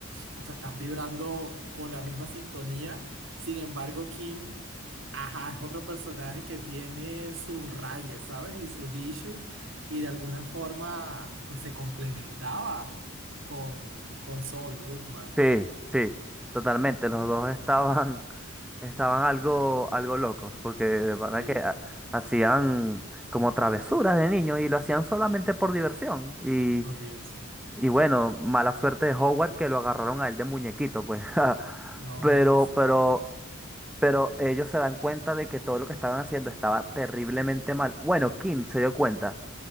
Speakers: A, on the right; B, in the centre.
A: o sea, están vibrando con la misma sintonía, sin embargo, Kim, ajá, es otro personaje que tiene sus rayes, ¿sabes? Y sus issues, y de alguna forma, pues se complementaba con, con Saul Goodman,
B: Sí, sí, totalmente. Los dos estaban, <laughs> estaban algo, algo locos, porque de verdad
A: sí,
B: que ha- hacían como travesuras de niños y lo hacían solamente por diversión. Y,
A: por diversión.
B: y bueno, mala suerte de Howard que lo agarraron a él de muñequito, pues. <laughs>
A: No, hombre,
B: Pero,
A: sí.
B: pero, pero ellos se dan cuenta de que todo lo que estaban haciendo estaba terriblemente mal. Bueno, Kim se dio cuenta